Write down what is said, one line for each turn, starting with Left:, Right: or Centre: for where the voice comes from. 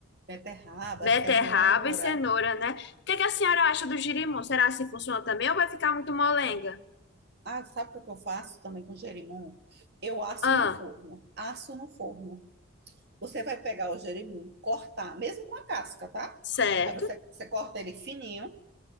Right: beterraba,
Left: beterraba
Right: cenoura.
Left: e cenoura, né? O que que a senhora acha do girimum? Será se funciona também ou vai ficar muito molenga?
Right: Ah, sabe o que eu faço também com gerimum? Eu asso
Left: Ah,
Right: no forno. Asso no forno. Você vai pegar o jerimum, cortar, mesmo com a casca, tá?
Left: certo.
Right: Aí você, você corta ele fininho,